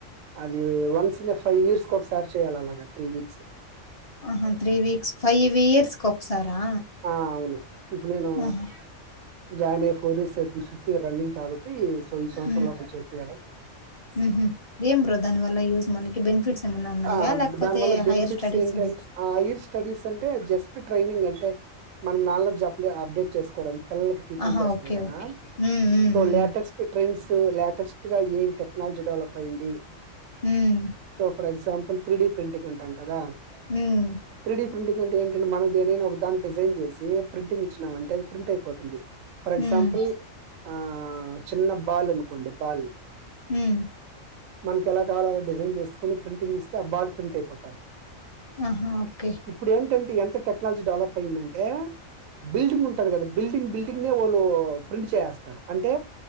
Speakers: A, on the right; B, on the left.
A: అది వన్స్ న ఫైవ్ ఇయర్స్ ఒకసారి చేయ్యాలి అలాగా త్రీ వీక్స్
B: ఆహా త్రీ వీక్స్ ఫైవ్ ఇయర్స్ ఒకసారా
A: ఆ! అవును ఇప్పు నేను
B: ఆహా
A: జాల ఫోర్ ఇయర్స్ అయి ఫిఫ్త్ రన్నింగ్ కాబట్టి సో, ఈ సంవత్సరం
B: మ్మ్
A: లోపల చేసేయాలి.
B: హ్మ్ హ్ ఏం బ్రో దాని వల్ల యూజ్ మన కి బెనిఫిట్స్ ఏమన్నా ఉన్నాయా
A: ఆ
B: లేకపోతే
A: దానివల్ల బెనిఫిట్స్
B: హైయర్ స్టడీస్
A: ఏంటింటే
B: ఏమ
A: ఆ హయిర్ స్టడీస్ అంటే జస్ట్ ట్రైనింగ్ అంటే మనం నాలెడ్జ్ అప్ అప్డేట్ చేసుకోవడానికి పిల్లలకి టీచింగ్
B: ఆహా
A: చేస్తాం
B: ఓకే
A: కదా
B: ఓకే ఉమ్ um
A: so
B: um
A: latest trends latest గా ఏ టెక్నాలజీ డెవలప్ అయింది
B: ఉమ్
A: so, for example three D printing అంటాం కదా
B: హుమ్
A: డీ ప్రింటింగ్ అంటే ఏంటంటే మనం దేనైనా ఒక దాన్ని డిజైన్ చేసి ప్రింటింగ్ ఇచ్చినాం అంటే అది ప్రింట్ అయిపోతుంది ఫర్ ఎగ్జాంపుల్
B: ఉమ్
A: ఆ చిన్న బాల్ అనుకోండి బాల్
B: ఉమ్
A: మనకెలా కావాలలో అలా డిజైన్ చేసుకొని ప్రింటింగ్ ఇస్తే ఆ బాల్ ప్రింట్ అయిపోతాది.
B: ఆహా! ఓకే.
A: ఇప్పుడు ఏంటంటే ఎంత టెక్నాలజీ డెవలప్ పోయిందంటే బిల్డింగ్ ఉంటది కదా బిల్డింగ్ బిల్డింగ్ నే వాళ్ళు ప్రింట్ చేేసేస్తారు. అంటే